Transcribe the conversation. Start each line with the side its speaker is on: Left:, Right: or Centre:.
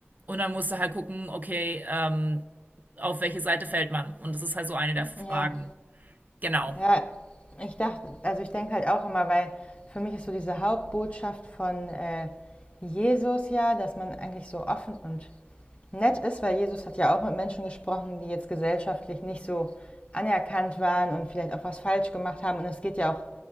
Right: und dann musst du halt gucken, okay, ähm, auf welche Seite fällt man? Und das ist halt so eine der Fragen.
Left: Ja,
Right: Genau.
Left: ja, ich dachte, also ich denke halt auch immer, weil für mich ist so diese Hauptbotschaft von äh, Jesus ja, dass man eigentlich so offen und nett ist, weil Jesus hat ja auch mit Menschen gesprochen, die jetzt gesellschaftlich nicht so anerkannt waren und vielleicht auch was falsch gemacht haben. Und es geht ja auch